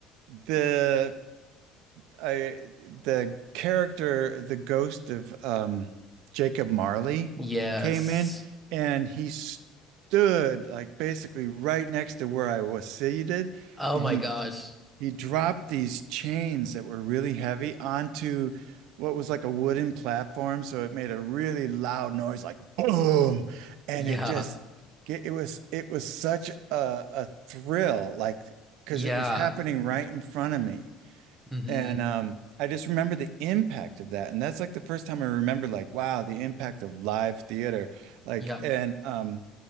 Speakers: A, on the right; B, in the centre.
A: the I the character, the ghost of um Jacob Marley
B: Yes.
A: came in and he stood like basically right next to where I was seated
B: Oh
A: and
B: my
A: he
B: gosh.
A: he dropped these chains that were really heavy onto what was like a wooden platform so it made a really loud noise like boom and
B: Yeah.
A: it just it was it was such a, a thrill like because
B: Yeah.
A: it was happening right in front of me
B: hmm
A: and um, I just remember the impact of that. And that's like the first time I remember like, wow, the impact of live theater. Like,
B: Yeah.
A: and um,